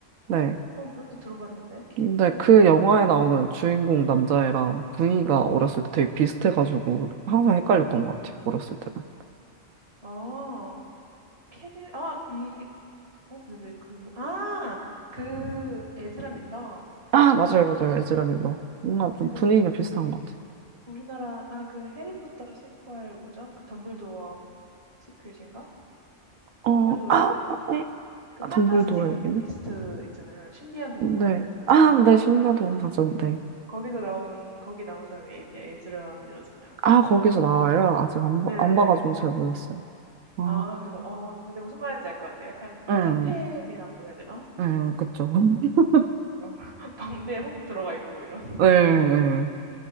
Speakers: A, on the right; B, on the right.
A: 네.
B: 어, 이것도 들어봤는데. 케빈에
A: 근데 그
B: 대하여?
A: 영화에 나오는 주인공 남자애랑 분위기가 어렸을 때 되게 비슷해가지고 항상 헷갈렸던 것 같아요. 어렸을 때는.
B: 아, 케빈, 아, 이, 어, 근데 왜 그, 아! 그, 에즈라 밀러.
A: 아, 맞아요, 맞아요. 에즈라 밀러. 뭔가 좀
B: 그,
A: 분위기가 비슷한 것 같아요.
B: 우리나라 아 그 해리포터 시퀄 뭐죠? 그 덤블도어 시퀄인가?
A: 어,
B: 덤블도어의
A: 아,
B: 비밀.
A: 에?
B: 그
A: 아,
B: 판타스틱
A: 덤블도어에게는?
B: 비스트 있잖아요. 신비한 동물
A: 네.
B: 사전인가?
A: 아, 네, 심0년 동상 전 네.
B: 거기서 나온 거기 나온 사람이 에, 에즈라 밀러잖아요.
A: 아, 거기서 나와요? 아직 안,
B: 네.
A: 봐- 안 봐가지고 잘 몰랐어요. 아,
B: 아 그래서 어 근데 무슨 말인지 알 것 같아요. 약간
A: 응,
B: 퇴폐미라고 해야 되나?
A: 응, 그쵸. <laughs>
B: 약간 어, <laughs> 광대에 혹 들어가 있고 이런 <laughs>
A: 응, 응.
B: 느낌.